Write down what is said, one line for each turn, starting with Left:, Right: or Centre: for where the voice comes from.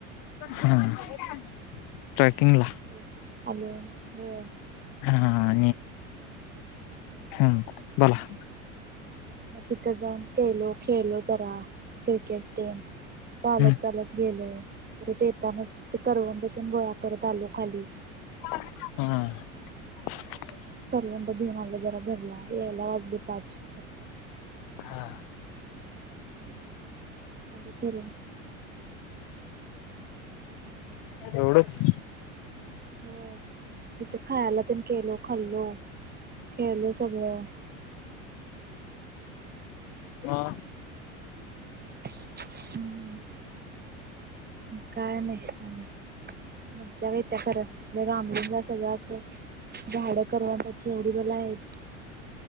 Left: ह ट्रेकिंग ला
Right: तेच आलो होय
Left: हा हम् बला
Right: मग तिथं जाऊन खेलो खेळलो जरा क्रिकेट ते चालत
Left: हम्म
Right: चालत गेलो पर ते येताना ते करवंन्दे गोळा करत आलो खाली
Left: हम्
Right: करवांड घेऊन आलं जरा घरला यायला वाजली पाच
Left: हा
Right: हम्म आ फर
Left: एवढंच
Right: होय तिथ खायला त केलो खाल्लो खेळलो सगळं
Left: हा
Right: हम्म. काय नाही आणि. मज्जा येत्या खर तिथ रामलिंग- सगळं. असं झाडं करवंदयाची एवढी बला आहेत.